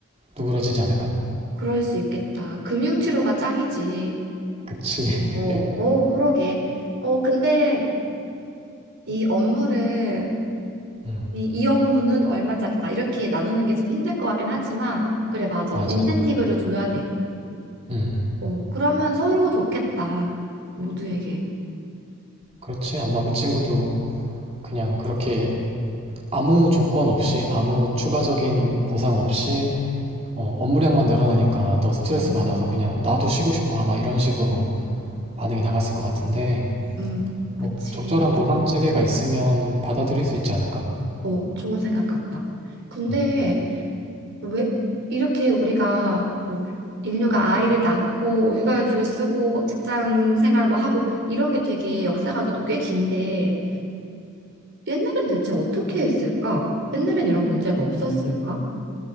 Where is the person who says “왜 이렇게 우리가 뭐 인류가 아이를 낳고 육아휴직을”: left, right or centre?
Right